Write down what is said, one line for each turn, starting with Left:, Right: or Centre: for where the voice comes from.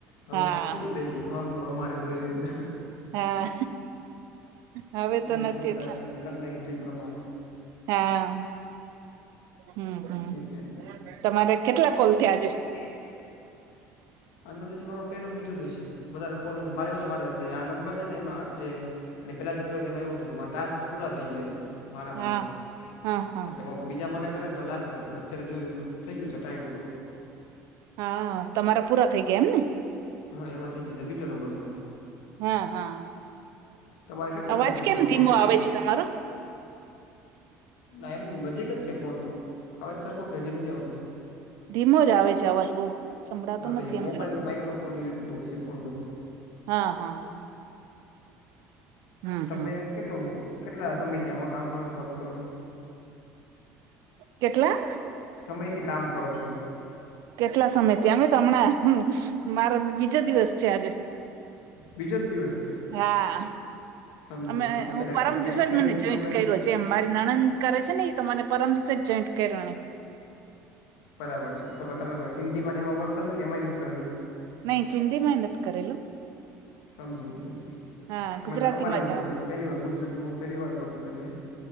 Left: હવે
Right: હા
Left: ફિલ થઈ ગયું હમ દો હમારે દો એ રીતને.
Right: હા. હવે
Left: મોદી
Right: તો નથી
Left: સરકારનુ
Right: એટલા
Left: બધે કર નાખ્યું એ પ્રમાણે.
Right: હા હમ્મ
Left: એવું
Right: હમ્મ
Left: છે અત્યારે
Right: તમારે કેટલા કોલ થયા આજે?
Left: થયા છે આજ હજી નો મારો પેલો બીજો જ હશે વધારે કોલ નથી મારે જે મારે આ નંબર છે ને એમાં જે આની પેલા જે કરુ એમાં એવું હતું કે મારા ટાસ્ક પૂરા થઈ ગયા હતા. મારા માંથી
Right: હા હા હા
Left: એટલે કોક બીજા મને કરે તો લાગ અત્યારે પણ જોય જોય ને થઈ ગયું છે ટાઈમ પૂરો
Right: હા તમારા પૂરા થઈ ગયા એમ ને?
Left: હા એમાં ગયા છે આ બીજો નંબર છે મારો.
Right: હા હા
Left: તમારે કેટલા
Right: અવાજ
Left: અંદાજે
Right: કેમ
Left: તમે
Right: ધીમો
Left: કોણ કર્યા
Right: આવે છે તમારો?
Left: ના એમ નજીક જ છે ફોન તો આવે જ સરખો હજી નથી આવતો?
Right: ધીમો જ આવે છે અવાજ બહુ સંભળાતો
Left: ના તો
Right: નથી
Left: એ
Right: એમ
Left: મોબાઈલ ને માઈક્રોફોન એ રીતનું હોય છે થોડું ઘણું.
Right: હા હા. હમ
Left: તમે
Right: હમ
Left: એમ કેટલું કેટલા સમયથી આમાં કામ કરો છો વર્ક કરો છો?
Right: કેટલા?
Left: સમય થી કામ કરો છો એમ?
Right: કેટલા સમય તઅમે તો હમણાં મારા બીજો દિવસ છે આજે.
Left: બીજો જ દિવસ છે.
Right: હા
Left: સમજી
Right: અમે
Left: ગયો તો તો
Right: હું
Left: પેલા
Right: પરમ
Left: કઈ
Right: દિવસે
Left: એક્સપિરિયન્સ
Right: જ મને જોઈન્ટ
Left: કેવું કઈ
Right: કર્યો
Left: કે
Right: છે એમ મારી નણંદ કરે છે ને એ તો મને પરમ દિવસે જ જોઈન્ટ કરવાની.
Left: બરાબર છે તો તમે મશીનથી બને માં વર્ક કર્યું કે એમાંય નથી કરેલું?
Right: નહી સિંધીમાં એ નથ કરેલું.
Left: સમજી ગયો ઠીક છે.
Right: હા ગુજરાતી
Left: મને અમારે
Right: માં
Left: એવું
Right: જ
Left: છે
Right: હા
Left: પહેલી વાર ગુજરાતીમાં હું પહેલી વાર વર્ક કરીએ